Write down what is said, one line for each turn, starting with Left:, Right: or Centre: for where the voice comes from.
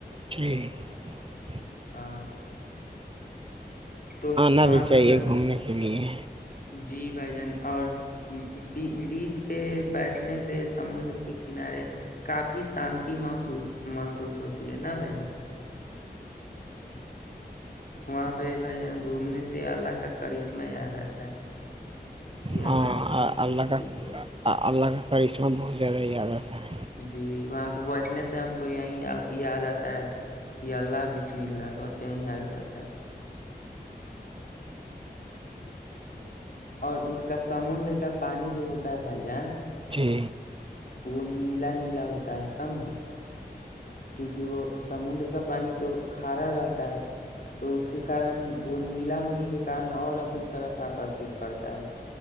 Right: چھ <unintelligible>
Left: ہاں تو
Right: آنا
Left: وہاں
Right: بھی چاہیے
Left: پہ چل
Right: گھومنے کے لیے
Left: جی بھائی جان اور <unintelligible> بیچ پہ بیٹھنے سے سمندر کے کنارے کافی شانتی محس محسوس ہوتی ہے نا بھائی جن <unintelligible> وہاں پہ بھائی جان گھومنے سے اللہ کا کرشمہ یاد آتا ہے کہ اللہ
Right: ہاں
Left: نے اس سرشٹی
Right: اللہ کا
Left: کو
Right: اللہ کا اور اس میں بہت زیادہیاد آتا ہے <unintelligible>
Left: جی وہاں پہ بیٹھنے سے ہم کو یہیں یاد آتا ہے کہ اللہ بسم اللہ بس یہیں یاد جتا ہے اور اس کا سمندر <unintelligible> کا پانی جو ہوتا ہے بھائی جان
Right: جی
Left: <unintelligible> وہ نیلا نیلا ہوتا ہے سمجھے <unintelligible> کیونکہ وہ سمندر کا پانی تو کھارا رہتا ہے تو اس کے کارن وہ نیلا ہونے کے کن اور اپنی طرف آکرشت کرتا ہے